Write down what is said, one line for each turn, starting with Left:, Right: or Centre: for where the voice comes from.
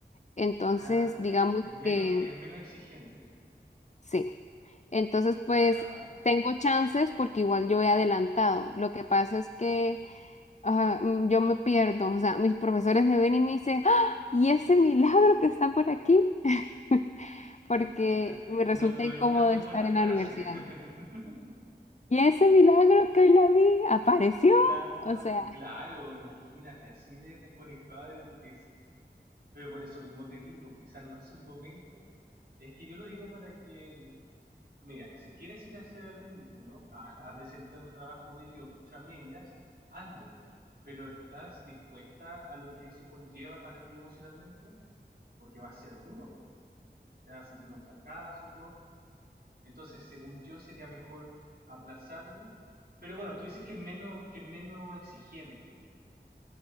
Left: Entonces,
Right: Ah, ya.
Left: digamos
Right: Es menos,
Left: que
Right: es menos exigente.
Left: sí. Entonces, pues,
Right: Ya.
Left: tengo chances porque igual yo he adelantado. Lo que pasa es que Ajá, mm, yo me pierdo, o sea, mis profesores me ven y me dicen, ¡Ah! ¿Y ese milagro que está por aquí? <laughs>
Right: Chuta.
Left: Porque me resulta
Right: No, no
Left: incómodo
Right: es una muy
Left: estar
Right: buena frase.
Left: en la universidad.
Right: <laughs>
Left: ¿Y ese milagro que hoy la vi apareció?
Right: Claro,
Left: O sea,
Right: claro, imagínate, así de desconectada de tu tesis. Pero por eso mismo te digo, quizás no es el momento. Es que yo lo digo para que, mira, si quieres ir a hacer el ridículo, a, <laughs> a presentar un trabajo mediocre hecho a medias, hazlo. Pero ¿estás dispuesta a lo que eso conlleva para ti emocionalmente? Porque va a ser duro, po. te vas a sentir un fracaso y todo. Entonces, según yo, sería mejor aplazarlo. Pero bueno, tú dices que es menos, que es menos exigente.